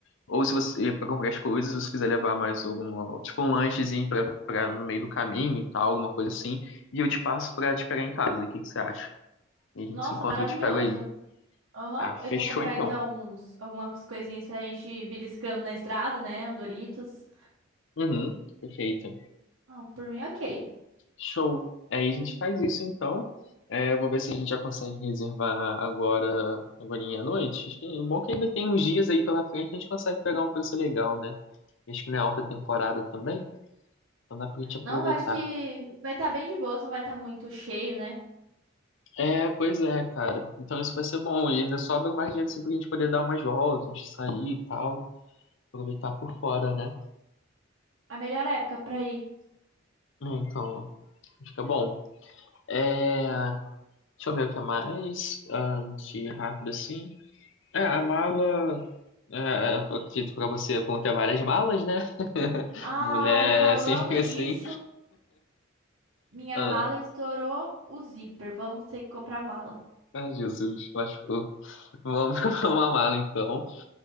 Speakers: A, on the left; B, on the right.
A: ou se você, para comprar as coisas, se você quiser levar mais alguma, tipo um lanchezinho pra, pra no meio do caminho e tal, alguma coisa assim, e eu te passo pra te pegar em casa, o que que você acha? E a gente
B: Nossa,
A: se encontra
B: maravilhoso.
A: e eu te pego aí.
B: Aham,
A: Ah, fechou
B: Eu vou comprar
A: então.
B: então uns, algumas coisinhas pra gente ir beliscando na estrada, né? Um Doritos.
A: Uhum, perfeito.
B: Não, por mim, ok.
A: Show. Aí a gente faz isso então. É, eu vou ver se a gente já consegue reservar agora, agorinha à noite. Acho que- O bom é que ainda tem uns dias aí pela frente, a gente consegue pegar um preço legal, né? Acho que não é alta temporada também, então dá pra gente aproveitar.
B: Não, eu acho que vai estar bem de boas, não vai estar muito cheio, né?
A: É, pois é, cara. Então isso vai ser bom. E ainda sobra mais dinheiro assim pra gente poder dar umas voltas, a gente sair e tal. Aproveitar por fora, né?
B: A melhor época pra ir.
A: É, então, fica bom. É, deixa eu ver o que é mais. ah, de rápido assim. É, a mala. É, é, eu acredito pra você vão ter várias malas, né? <laughs>
B: Ai,
A: Mulher
B: falando
A: é sempre
B: nisso.
A: assim.
B: Minha
A: Ah,
B: mala estourou o zíper. Vamos ter que comprar mala.
A: ai, Jesus, lascou. Vamos <laughs> comprar uma mala então.